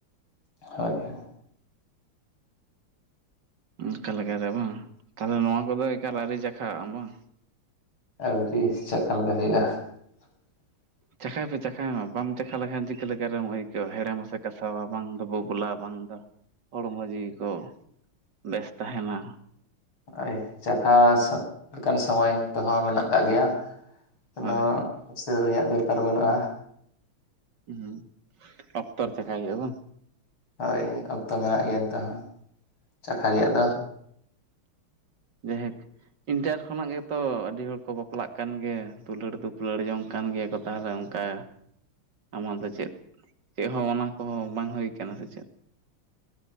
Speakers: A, on the left (about 75°); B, on the right (about 55°).
A: ᱦᱳᱭ ᱦᱳᱭ
B: ᱚᱱᱠᱟ ᱞᱮᱠᱟᱨᱮ ᱵᱟᱝ, ᱛᱟᱞᱦᱮ ᱱᱚᱣᱟ ᱠᱚᱫᱚ ᱮᱠᱟᱞ ᱟᱹᱨᱤ ᱪᱟᱠᱷᱟᱜᱼᱟᱢ ᱵᱟᱝ᱾
A: ᱟᱹᱣᱨᱤ ᱪᱟᱠᱷᱟ ᱞᱟᱜᱟ ᱦᱩᱭᱩᱜᱼᱟ᱾ <inaudible>
B: ᱪᱟᱠᱷᱟᱭ ᱯᱮ ᱪᱟᱠᱷᱟᱭ ᱢᱟ ᱵᱟᱢ ᱪᱟᱠᱷᱟ ᱞᱮᱠᱷᱟᱱ ᱪᱤᱠᱟᱹᱞᱮᱠᱟᱨᱮᱢ ᱟᱹᱭᱠᱟᱹᱣᱼᱟ ᱦᱮᱲᱮᱢᱼᱟ ᱥᱮ ᱠᱟᱥᱟᱣᱟ ᱵᱟᱝ ᱫᱚ ᱵᱩᱵᱩᱞᱟ ᱵᱟᱝ ᱫᱚ ᱦᱚᱲᱢᱚ ᱡᱤᱣᱤ ᱠᱚ ᱵᱮᱥ ᱛᱟᱦᱮᱱᱟ᱾
A: ᱦᱳᱭ ᱪᱟᱠᱷᱟ ᱞᱮᱠᱟᱱ ᱥᱚᱢᱚᱭ ᱫᱚ ᱦᱚᱸ ᱢᱮᱱᱟᱜ ᱠᱟᱜ ᱜᱮᱭᱟ ᱠᱚᱱᱳ
B: ᱦᱳᱭ
A: ᱩᱥᱟᱹᱨᱟ ᱨᱮᱭᱟᱜ ᱫᱚᱨᱠᱟᱨ ᱵᱟᱹᱱᱩᱜᱼᱟ᱾
B: ᱚᱸᱦᱚᱸ ᱚᱠᱛᱚᱨᱮ ᱪᱟᱠᱷᱟᱭ ᱦᱩᱭᱩᱜᱼᱟ ᱵᱟᱝ᱾
A: ᱦᱳᱭ ᱚᱠᱛᱚ ᱢᱮᱱᱟᱜ ᱜᱮᱭᱟ ᱱᱤᱛᱚᱜ ᱦᱚᱸ ᱪᱟᱠᱷᱟ ᱨᱮᱭᱟᱜ ᱫᱚ᱾
B: ᱦᱩᱸ᱾ ᱡᱟᱭᱦᱳᱠ ᱤᱱᱴᱟᱨ ᱠᱷᱚᱱᱟᱜ ᱜᱮᱛᱚ ᱟᱹᱰᱤ ᱦᱚᱲ ᱠᱚ ᱵᱟᱯᱞᱟᱜ ᱠᱟᱱ ᱜᱮ, ᱫᱩᱞᱟᱹᱲ ᱫᱩᱯᱩᱞᱟᱹᱲ ᱡᱚᱝ ᱠᱟᱱ ᱜᱮ ᱠᱚ ᱛᱟᱦᱚᱞᱮ ᱚᱱᱠᱟ ᱟᱢᱟᱜ ᱫᱚ ᱪᱮᱫ, ᱪᱮᱫ ᱦᱚᱸ ᱚᱱᱟ ᱠᱚᱦᱚᱸ ᱵᱟᱝ ᱦᱩᱭ ᱟᱠᱟᱱᱟ ᱥᱮ ᱪᱮᱫ?